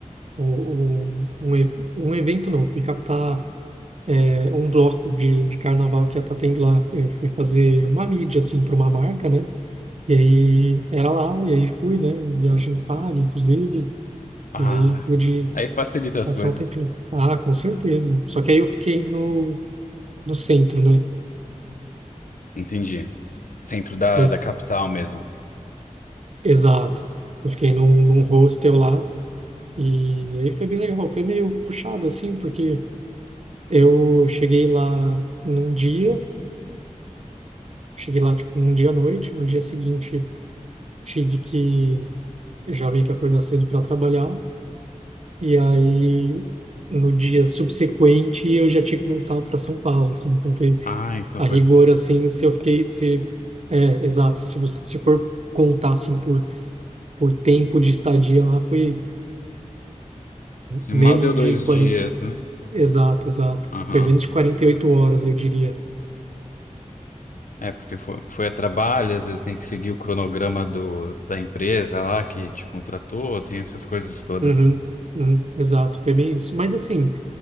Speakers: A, on the right; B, on the left.
A: um, um, um e- um evento, não, eu fui captar é, um bloco de, de carnaval que ia estar tendo lá. Eu fui fazer uma mídia, assim, para uma marca, né? E aí era lá, e aí fui, né? Viagem paga, inclusive,
B: Ah,
A: e aí pude
B: aí facilita as
A: passar
B: coisas.
A: um tempinho. Ah, com certeza. Só que aí eu fiquei no no centro, né?
B: Entendi. Centro da,
A: Pois,
B: da capital mesmo.
A: exato. Eu fiquei num, num hostel lá e aí foi bem legal. Foi meio puxado, assim, porque eu cheguei lá num dia, cheguei lá, tipo, num dia à noite, no dia seguinte tive que, eu já meio que acordar cedo para trabalhar e aí no dia subsequente eu já tinha que voltar para São Paulo, assim, então foi
B: Ah, então
A: a
B: foi.
A: rigor, assim, se eu fiquei, se, é, exato, se você, se for contar, assim, por, por tempo de estadia lá, foi
B: Assim,
A: Menos
B: Mal deu
A: de
B: dois
A: 40.
B: dias, né?
A: Exato, exato.
B: Aham.
A: Foi menos de 48 horas, eu diria.
B: É, porque foi, foi a trabalho, às vezes tem que seguir o cronograma do, da empresa lá que te contratou, tem essas coisas todas.
A: Uhum, uhum, exato, foi bem isso. Mas assim,